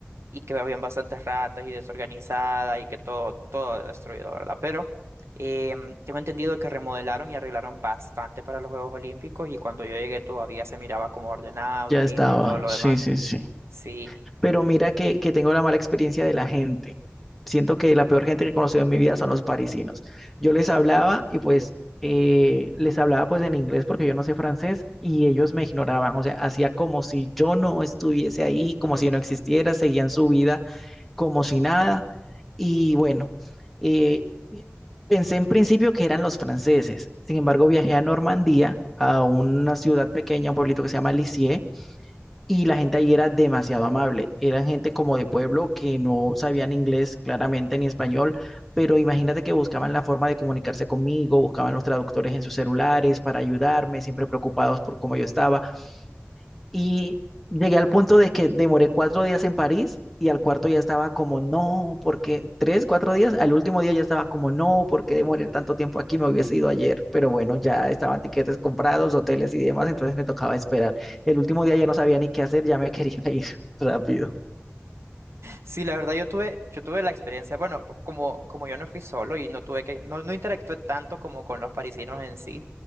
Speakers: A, on the right; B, in the centre.
A: y que habían bastantes ratas y desorganizada y que todo, todo destruido, ¿verdad? Pero em, tengo entendido que remodelaron y arreglaron bastante para los Juegos Olímpicos y cuando yo llegué todavía se miraba como ordenado
B: Ya
A: y limpio
B: estaba,
A: y todo lo
B: sí,
A: demás.
B: sí, sí.
A: Sí.
B: Pero mira que, que tengo la mala experiencia de la gente. Siento que la peor gente que he conocido en mi vida son los parisinos. Yo les hablaba y pues eh, les hablaba pues en inglés porque yo no sé francés y ellos me ignoraban. O sea, hacía como si yo no estuviese ahí, como si no existiera, seguían su vida como si nada. Y bueno, eh, pensé en principio que eran los franceses. Sin embargo, viajé a Normandía, a una ciudad pequeña, un pueblito que se llama Lisieux y la gente allí era demasiado amable. Eran gente como de pueblo que no sabían inglés claramente ni español, pero imagínate que buscaban la forma de comunicarse conmigo, buscaban los traductores en sus celulares para ayudarme, siempre preocupados por cómo yo estaba. Y llegué al punto de que demoré cuatro días en París y al cuarto ya estaba como, no, porque tres, cuatro días, al último día ya estaba como, no, porque demoré tanto tiempo aquí, me hubiese ido ayer, pero bueno, ya estaban tiquetes comprados, hoteles y demás, entonces me tocaba esperar. El último día ya no sabía ni qué hacer, ya me quería ir <laughs> rápido.
A: Sí, la verdad yo tuve, yo tuve la experiencia, bueno, p- como, como yo no fui solo y no tuve que, no, no interactué tanto como con los parisinos en sí,